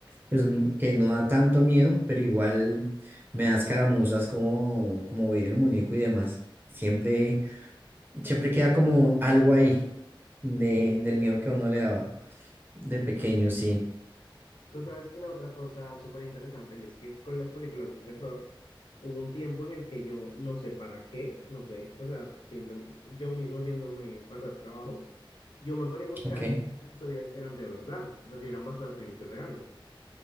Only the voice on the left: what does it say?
Sí, te
creo.
Tú sabes que otra cosa súper interesante y es que con las películas de terror hubo un tiempo en el que yo no sé para qué, no sé, o sea, simplemente yo mismo haciéndome pasar trabajo, yo me ponía a buscar
si las historias eran de verdad, o sea, si eran basadas en hechos reales.